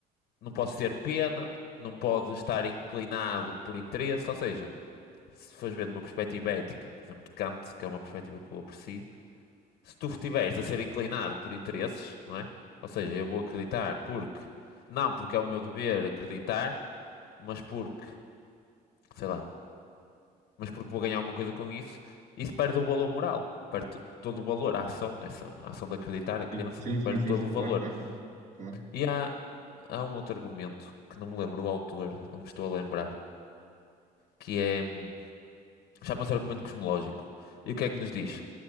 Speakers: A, on the left; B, on the right.
A: não podes ter pena, não podes estar inclinado por interesse. Ou seja, se fores ver de uma perspectiva ética, por exemplo, de Kant, que é uma perspectiva que eu aprecio. se tu estiveres a ser inclinado por interesses, não é? Ou seja, eu vou acreditar porque, não porque é o meu dever acreditar, mas porque, sei lá, mas porque vou ganhar alguma coisa com isso, isso perde o valor moral. Perde to- todo o valor, a ação, essa a ação de acreditar, a crença,
B: Sim, sim, sim,
A: perde
B: sim,
A: todo
B: sim,
A: o
B: claro,
A: valor.
B: claro, claro, claro.
A: E há, há um outro argumento que não me lembro o autor, não me estou a lembrar, que é, hum, chama-se argumento cosmológico. E o que é que nos diz?